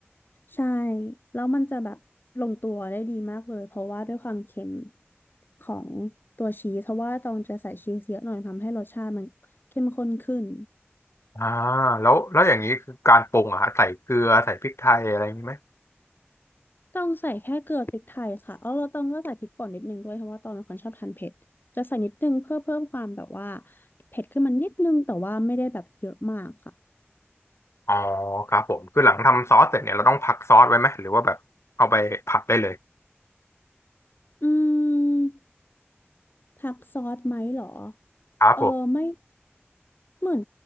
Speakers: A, on the left; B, on the left.
A: ใช่แล้วมันจะแบบลงตัวได้ดีมากเลยเพราะว่าด้วยความเค็มของตัวชีสเพราะว่าตองจะใส่ชีสเยอะหน่อยทำให้รสชาติมันเข้มข้นขึ้น
B: อ่าแล้วแล้วอย่างนี้คือการปรุงอะฮะใส่เกลือใส่พริกไทยอะไรอย่างนี้ไหม
A: ต้องใส่แค่เกลือพริกไทยค่ะเอาเราต้องก็ใส่พริกป่นนิดนึงด้วยเพราะว่าตองเป็นคนชอบทานเผ็ดจะใส่นิดนึงเพื่อเพิ่มความแบบว่าเผ็ดขึ้นมานิดนึงแต่ว่าไม่ได้แบบเยอะมากค่ะ
B: อ๋อครับผมคือหลังทำซอสเสร็จเนี่ยเราต้องพักซอสไว้ไหมหรือว่าแบบเอาไปผัดได้เลย
A: อืมผักซอสไหมเหรอ
B: ครับผม
A: เออไม่เหมือน